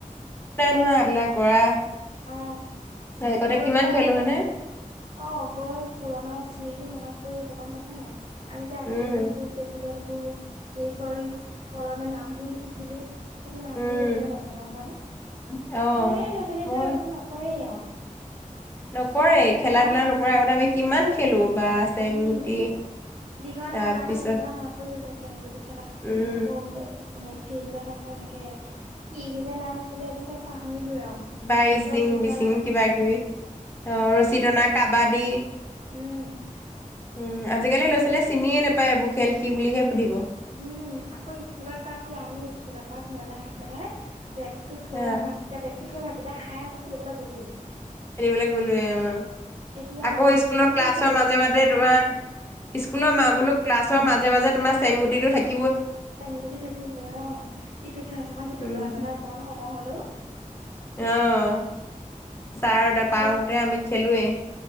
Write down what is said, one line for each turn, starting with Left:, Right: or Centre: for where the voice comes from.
Left: কোনে ধৰা আহিলে কৰা।
Right: অ
Left: আগতে
Right: গৈ
Left: কিমান
Right: পেলাই
Left: খেলো
Right: এইবোৰ
Left: হয়নে?
Right: অ গৈ পুৰণা স্কুল।। স্মৃতি মনত পৰি গৈছে গম পাইছা নাই? আমি যে আগতে
Left: উম,
Right: যে সেই বোৰ টেবুলত।। উ হেৰি কৰি কলমে নাম বোৰ লিখিছিলোঁ। সেইবোৰ নামবোৰ
Left: উম,
Right: এতিয়াও আছে। গম পোৱা নে?
Left: অ',
Right: আজিকালি ল'ৰা ছোৱালী
Left: মই
Right: বোৰে এইবোৰ নক।। কৰে আৰু
Left: নকৰে
Right: খেলবোৰ খেলা।
Left: ধূলা নকৰে আগতে আমি কিমান খেলো। বা চেংগুটি
Right: উম দীঘল
Left: তাৰপিছত
Right: বাৰান্দাখন দেখি পেলাই মনত পৰি গৈছে চেংগুটি খেলা
Left: উম,
Right: আকৌ হে।। ফিল্ডত আকৌ এনেকে কি কি যে নাম আছিলে। এইবোৰ চব পাহৰিলোৱে আৰু
Left: কিবা ইচিং
Right: ৰছী টনা
Left: বিচিং কিবা কিবি অ ৰছী টনা কাবাদী
Right: উম।
Left: উম আজিকালি ল' ছোৱালীয়ে চিনিয়ে নাপায় এইবোৰ খেল কি বুলিহে সুধিব
Right: উম আকৌ স্কুলত বাদ দি আমি স্কুলৰ পৰা ঘৰলে আহি পেলাই বেগতো থোৱা
Left: আহ
Right: ভাতকেইটা বেগটো থৈ ভাতকেইটা খাই আকৌ খেলিবলৈ গ'লোৱেই
Left: খেলিবলৈ গলোৱে অ
Right: এতিয়া ল'ৰা
Left: আকৌ
Right: ছোৱালীবোৰ
Left: স্কুলৰ
Right: চাচোন
Left: ক্লাছৰ
Right: ফোনত
Left: মাজে
Right: ব্যস্ত
Left: মাজে তোমাৰ স্কুলৰ
Right: অ
Left: ম বোলো ক্লাছৰ মাজে মাজে তোমাৰ চেংগুটিটো থাকি
Right: চেংগুটি থাকিবই অ ইটো ক্লাছ পা সিটো
Left: উম,
Right: ক্লাছলৈ অকমান সময় হলেও
Left: অ'। ছাৰ নাপাওঁতেই
Right: কিনো
Left: আমি খেলোৱেই